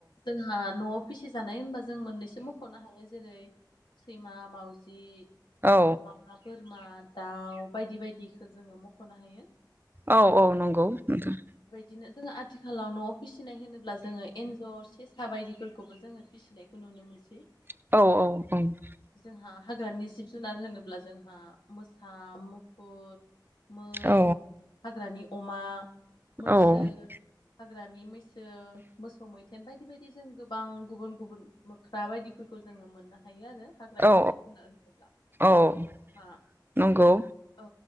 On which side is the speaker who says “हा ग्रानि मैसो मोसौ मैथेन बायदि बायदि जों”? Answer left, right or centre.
Left